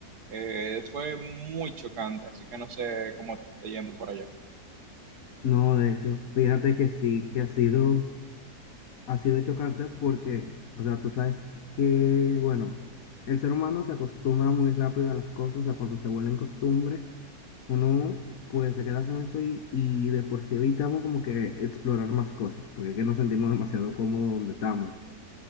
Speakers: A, on the right; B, on the left.
A: eh, fue muy chocante, así que no sé cómo te está yendo por allá.
B: No, de hecho, fíjate que sí, que ha sido, ha sido chocante porque, o sea, tú sabes que, bueno, el ser humano se acostumbra muy rápido a las cosas, o sea, cuando se vuelven costumbre, uno pues se queda con eso y, y de por sí evitamos como que explorar más cosas, porque es que nos sentimos demasiado cómodos donde estamos.